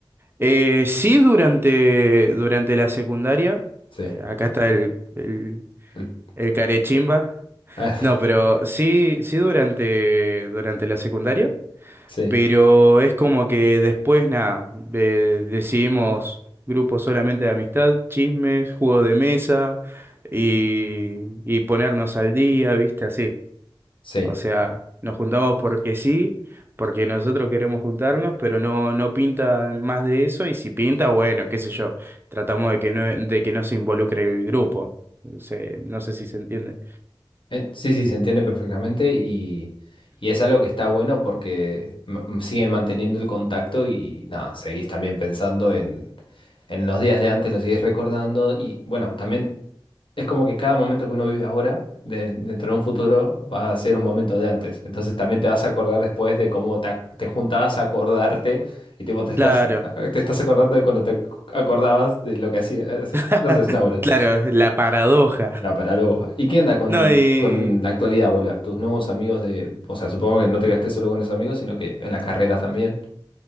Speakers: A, on the right; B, on the left.
A: Eh, sí, durante, durante la secundaria.
B: Sí.
A: eh, acá está el, el,
B: El-
A: el carechimba.
B: <laughs>
A: No, pero sí, sí durante, durante la secundaria.
B: sí,
A: Pero es como que después, nada, eh, decidimos grupos solamente de amistad, chismes, juegos de mesa y, y ponernos al día, ¿viste? Así.
B: sí.
A: O sea, nos juntamos porque sí, porque nosotros queremos juntarnos, pero no, no pinta más de eso, y si pinta, bueno, qué sé yo, tratamos de que no, de que no se involucre el grupo. Se- no sé si se entiende.
B: Eh, Sí, sí, se entiende perfectamente y, y es algo que está bueno porque m- m- siguen manteniendo el contacto y nada, seguís también pensando en, en los días de antes, los seguís recordando y bueno, también es como que cada momento que uno vive ahora, de- dentro de un futuro, va a ser un momento de antes. Entonces también te vas a acordar después de cómo te, ac- te juntabas a acordarte y tipo te estás,
A: Claro,
B: te estás acordando de cuando te acordabas de lo que hacías.
A: <laughs>
B: No sé, es una bola.
A: claro, la paradoja.
B: La paradoja. ¿Y qué onda con,
A: No, y...
B: con la actualidad, bola? Tus nuevos amigos de... O sea, supongo que no te quedaste solo con esos amigos, sino que en la carrera también.